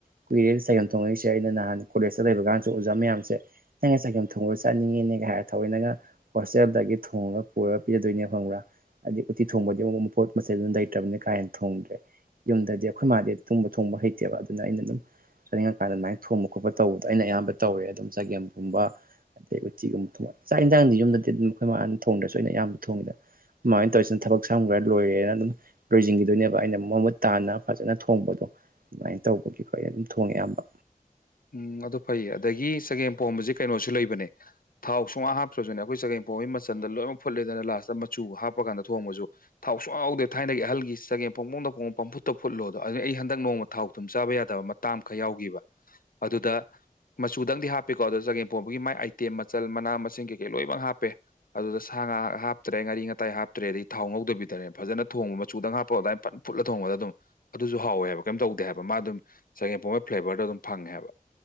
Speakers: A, on the right; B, on the left.
A: ꯀꯨꯏꯔꯦ ꯆꯒꯦꯝ ꯊꯣꯡꯉꯛꯏꯁꯦ ꯑꯗꯨꯅ ꯀꯣꯂꯦꯖꯇ ꯂꯩꯕ ꯀꯥꯟꯗꯁꯨ ꯑꯣꯖꯥ ꯃꯌꯥꯝꯁꯦ ꯅꯪꯅ ꯆꯥꯒꯦꯝ ꯊꯣꯡꯕ ꯆꯠꯅꯤꯡꯉꯦꯅꯦ ꯍꯥꯏꯔꯒ ꯊꯧꯋꯣꯏꯅꯒ ꯍꯣꯁꯇꯦꯜꯗꯒꯤ ꯊꯣꯡꯉꯒ ꯄꯨꯔꯒ ꯄꯤꯖꯗꯣꯏꯅꯦ ꯈꯪꯕ꯭ꯔꯥ ꯍꯥꯏꯗꯤ ꯎꯇꯤ ꯊꯣꯡꯕꯗꯤ ꯑꯃꯨꯛ ꯃꯄꯣꯠ ꯃꯆꯩꯗꯨꯅ ꯂꯩꯇ꯭ꯔꯕꯅꯤ ꯀꯥ ꯍꯦꯟꯅ ꯊꯣꯡꯗ꯭ꯔꯦ ꯌꯨꯝꯗꯗꯤ ꯑꯩꯈꯣꯏ ꯃꯥꯗꯤ ꯑꯗꯨꯝꯕ ꯊꯣꯡꯕ ꯍꯩꯇꯦꯕ ꯑꯗꯨꯅ ꯑꯩꯅ ꯑꯗꯨꯝ ꯆꯠꯅꯤꯡꯉꯛꯀꯥꯟꯗ ꯑꯗꯨꯃꯥꯏꯅ ꯊꯣꯡꯕ ꯈꯣꯠꯄ ꯇꯧꯕꯗꯣ ꯑꯩꯅ ꯑꯌꯥꯝꯕ ꯇꯧꯋꯦ ꯑꯗꯨꯝ ꯆꯒꯦꯝꯒꯨꯝꯕ ꯑꯗꯩ ꯎꯇꯤꯒꯨꯝꯕ ꯊꯣꯡ ꯆꯥꯛ ꯏꯟꯁꯥꯡꯗꯤ ꯌꯨꯝꯗꯗꯤ ꯑꯗꯨꯝ ꯑꯩꯈꯣꯏ ꯃꯥꯅ ꯊꯣꯡꯗ꯭ꯔꯁꯨ ꯑꯩꯅ ꯑꯌꯥꯝꯕ ꯊꯣꯡꯉꯤꯗ ꯑꯈꯣꯏ ꯃꯥ ꯍꯣꯏ ꯇꯧꯔꯤꯁꯤꯅ ꯊꯕꯛ ꯁꯝꯈ꯭ꯔꯦ ꯂꯣꯏꯔꯦꯅ ꯗꯨꯝ ꯂꯣꯏꯖꯤꯟꯈꯤꯗꯣꯏꯅꯦꯕ ꯑꯩꯅ ꯃꯃꯨꯠ ꯇꯥꯅ ꯐꯖꯅ ꯊꯣꯡꯕꯗꯣ ꯑꯗꯨꯃꯥꯏꯅ ꯇꯧꯕꯒꯤ ꯑꯩꯈꯣꯏꯅ ꯑꯗꯨꯝ ꯊꯣꯡꯉꯦ ꯑꯌꯥꯝꯕ
B: ꯎꯝ ꯑꯗꯨ ꯐꯩ ꯌꯦ ꯑꯗꯒꯤ ꯆꯒꯦꯝ ꯄꯣꯝꯕꯕꯁꯤ ꯀꯩꯅꯣꯁꯨ ꯂꯩꯕꯅꯦ ꯊꯥꯎ ꯁꯨꯡꯍꯥꯞ ꯍꯥꯞꯇ꯭ꯔꯁꯨꯅꯦ ꯑꯩꯈꯣꯏ ꯆꯒꯦꯝꯄꯣ ꯃꯆꯟꯗ ꯂꯣꯏꯅꯃꯛ ꯐꯨꯠꯂꯦꯗꯅ ꯂꯥꯁꯇ ꯃꯆꯨ ꯍꯥꯞꯄ ꯀꯥꯟꯗ ꯊꯣꯡꯕꯁꯨ ꯊꯥꯎ ꯁꯨꯡꯌꯥꯎꯗꯦ ꯊꯥꯏꯅꯒꯤ ꯑꯍꯜꯒꯤ ꯆꯒꯦꯝ ꯐꯣꯡꯄꯣꯡꯗ ꯐꯣꯡ ꯄꯝꯐꯨꯠꯇ ꯐꯨꯠꯂꯣꯗꯣ ꯑꯗꯨ ꯑꯩ ꯍꯟꯗꯛ ꯅꯣꯡꯃ ꯊꯥꯎ ꯑꯗꯨꯝ ꯆꯥꯕ ꯌꯥꯗꯕ ꯇꯥꯝꯈꯛ ꯌꯥꯎꯈꯤꯕ ꯑꯗꯨꯗ ꯃꯆꯨꯗꯪꯗꯤ ꯍꯥꯞꯄꯦꯀꯣ ꯑꯗꯣ ꯆꯒꯦꯝꯄꯣꯝꯕꯒꯤ ꯃꯥꯏ ꯑꯥꯏꯇꯦꯝ ꯃꯆꯜ ꯃꯅꯥ ꯃꯁꯤꯡ ꯀꯩꯀꯩ ꯂꯣꯏꯅꯃꯛ ꯍꯥꯞꯄꯦ ꯑꯗꯨꯗ ꯁꯥ ꯉꯥ ꯍꯥꯞꯇ꯭ꯔꯦ ꯉꯥꯔꯤ ꯉꯇꯥꯏ ꯍꯥꯞꯇ꯭ꯔꯦ ꯑꯗꯩ ꯊꯥꯎ ꯉꯧꯗꯕꯤꯗꯅꯅꯦ ꯐꯖꯅ ꯊꯣꯡꯕ ꯃꯆꯨꯗꯪ ꯍꯥꯞꯄꯣ ꯑꯗꯨꯃꯏꯅ ꯐꯨꯠꯂ ꯊꯣꯡꯕꯗ ꯑꯗꯨꯝ ꯑꯗꯨꯁꯨ ꯍꯥꯎꯋꯦ ꯍꯥꯏꯕ ꯀꯩꯝ ꯇꯧꯗꯦ ꯍꯥꯏꯕ ꯃꯥ ꯑꯗꯨꯝ ꯆꯒꯦꯝ ꯄꯣꯝꯕꯩ ꯐ꯭ꯂꯦꯕꯔꯗꯣ ꯑꯗꯨꯝ ꯐꯪꯉꯦ ꯍꯥꯏꯕ